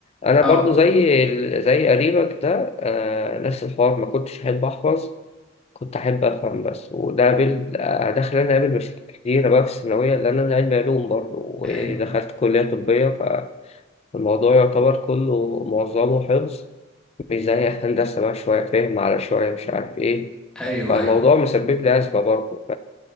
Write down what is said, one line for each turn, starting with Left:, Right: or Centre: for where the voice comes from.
Left: انا
Centre: اه
Left: برضو زي ال- زي قريبك ده آه نفس الحوار ما كنتش احب احفظ كنت احب افهم بس وده قابل آه، ده خلاني اقابل مشاكل كتيرة بقى في الثانوية لان انا علمي علوم برضو ودخلت
Centre: ايوه
Left: كلية طبية فالموضوع يعتبر كله معظمه حفظ مش زي هندسة بقى شوية فهم على شوية مش عارف ايه
Centre: ايوه
Left: فالموضوع
Centre: ايوه
Left: مسبب لي أزمة برضه